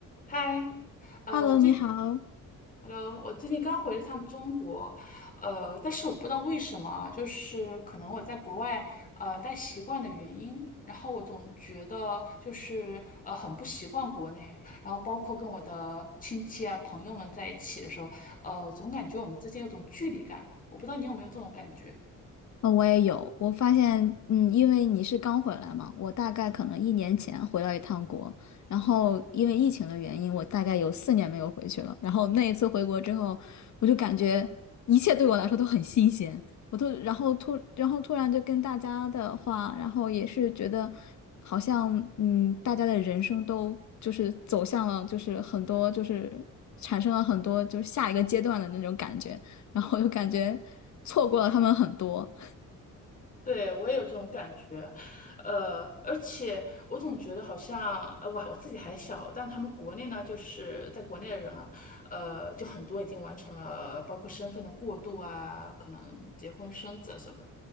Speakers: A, on the left (about 25°); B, on the left (about 60°).
A: 嗨，呃，
B: Hello，
A: 我最
B: 你好。
A: ，Hello，我最近刚回了趟中国，呃，但是我不知道为什么啊，就是可能我在国外呃待习惯的原因，然后我总觉得就是呃很不习惯国内，然后包括跟我的亲戚啊朋友们在一起的时候，呃，总感觉我们之间有种距离感，我不知道你有没有这种感觉。
B: 呃，我也有，我发现，嗯，因为你是刚回来嘛，我大概可能一年前回到一趟国，然后因为疫情的原因，我大概有四年没有回去了。然后那一次回国之后，我就感觉一切对我来说都很新鲜，我都，然后突，然后突然就跟大家的话，然后也是觉得好像，嗯，大家的人生都就是走向了，就是很多就是产生了很多就是下一个阶段的那种感觉，然后就感觉错过了他们很多。
A: 对，我也有这种感觉，呃，而且我总觉得好像，呃，我我自己还小，但他们国内呢，就是在国内的人啊，呃，就很多已经完成了包括身份的过渡啊，可能结婚生子啊什么的，